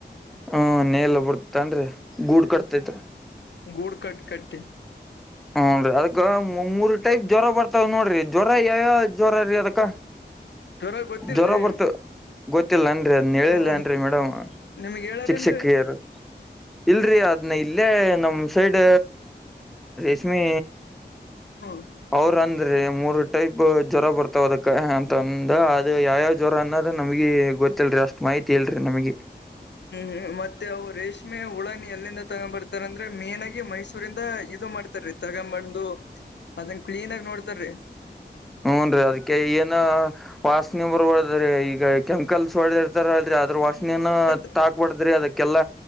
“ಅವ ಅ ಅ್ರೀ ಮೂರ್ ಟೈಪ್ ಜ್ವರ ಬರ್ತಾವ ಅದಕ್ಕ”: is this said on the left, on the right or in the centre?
Centre